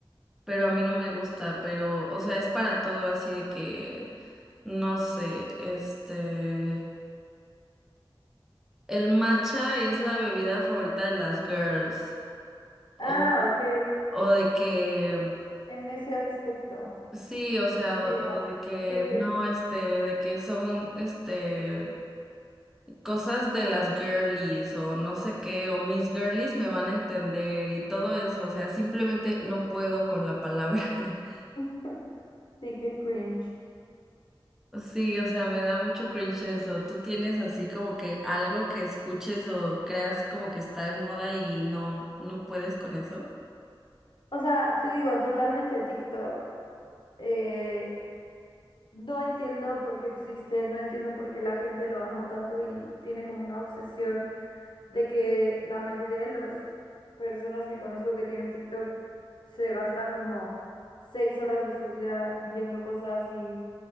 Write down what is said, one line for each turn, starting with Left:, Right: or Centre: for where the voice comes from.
Centre: pero a mí no me gusta, pero, o sea, es para todo así de que, no sé, este, el matcha es la bebida favorita de las girls, o,
Left: Ah, ok.
Centre: o de que,
Left: En ese aspecto.
Centre: sí, o sea, o,
Left: Sí, no.
Centre: o de que,
Left: Qué cringe.
Centre: no, este, de que son, este... cosas de las girlies o no sé qué o mis girlies me van a entender y todo eso, o sea, simplemente no puedo con la palabra. <laughs>
Left: <laughs> Sí, qué cringe.
Centre: Sí, o sea, me da mucho cringe eso. ¿Tú tienes así como que algo que escuches o creas como que está de moda y no no puedes con eso?
Left: O sea, te digo, totalmente TikTok. eh, No entiendo por qué existe, no entiendo por qué la gente lo ama tanto y l- tiene como una obsesión de que la mayoría de las personas que conozco que tienen TikTok se gastan como seis horas de su vida viendo cosas y